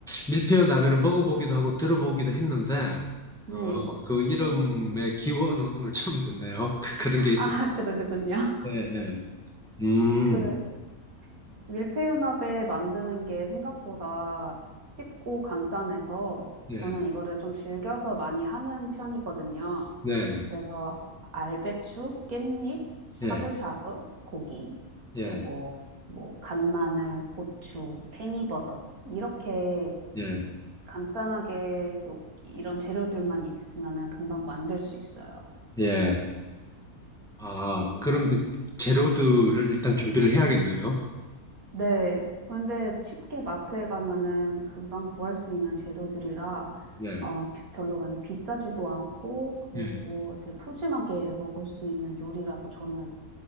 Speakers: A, in the centre; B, on the right.
A: 밀푀유 나베를 먹어보기도 하고 들어보기도 했는데
B: 네.
A: 어, 그 이름의 기원은 오늘 처음 듣네요. <laughs> 그런 게 있...
B: 아, <laughs> 그러셨군요.
A: 예, 예. 음.
B: 그 밀푀유나베 만드는 게 생각보다 쉽고 간단해서
A: 예.
B: 저는 이거를 좀 즐겨서 많이 하는 편이거든요.
A: 네.
B: 그래서 알배추, 깻잎, 샤브샤브,
A: 예.
B: 고기,
A: 예.
B: 그리고 뭐 간마늘, 고추, 팽이버섯 이렇게
A: 예.
B: 간단하게 요- 이런 재료들만 있으면은 금방 만들 수 있어요.
A: 예. 아,
B: 고-
A: 그럼 그 재료들을 일단 준비를 해야겠네요.
B: 네. 그런데 쉽게 마트에 가면은 금방 구할 수 있는 재료들이라
A: 예.
B: 어, 벼- 별로 많이 비싸지도 않고 그리고
A: 예.
B: 되게 푸짐하게 먹을 수 있는 요리라서 저는